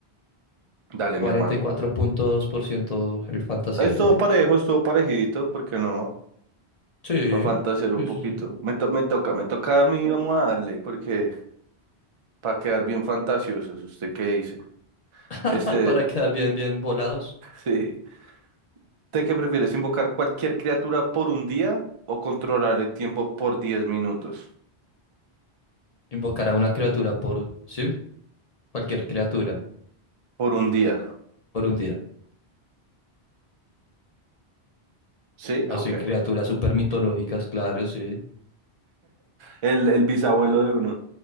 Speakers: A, on the right; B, on the left.
A: Dale,
B: Cuarenta
A: mi hermano.
B: y cuatro punto dos por ciento el fantasía
A: Estuvo
B: también.
A: parejo, estuvo parejito, porque no,
B: Sí,
A: para fantasear un
B: sí,
A: poquito.
B: sí, sí.
A: Me, to- me toca, me toca a mí, vamos a darle, porque para quedar bien fantasiosos, ¿usted qué dice?
B: <laughs>
A: Este,
B: Para quedar bien, bien volados,
A: <laughs> sí. ¿Usted qué prefieres, invocar cualquier criatura por un día o controlar el tiempo por diez minutos?
B: invocar a una criatura por, sí, cualquier criatura
A: Por un día.
B: por un día.
A: ¿Sí?
B: Así,
A: Ok.
B: criaturas super mitológicas, claro, sí.
A: El, el bisabuelo de uno,